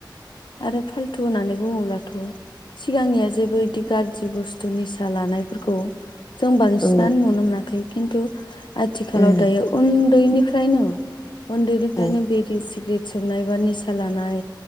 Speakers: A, on the left (about 75°); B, on the left (about 35°).
A: आरो फालथु होननानै बुङोब्लाथ' सिगांनिया जेबो इदि गाज्रि बुस्थु निसा लानायफोरखौ जों बांसिनानो
B: औ
A: नुनो मोनाखै। खिन्थु आथिखालाव
B: उम
A: दायो उन्दैनि फ्रायनो उन्दैनिफायनो
B: औ
A: बिरि सिग्रित सोबनाय बा निसा लानाय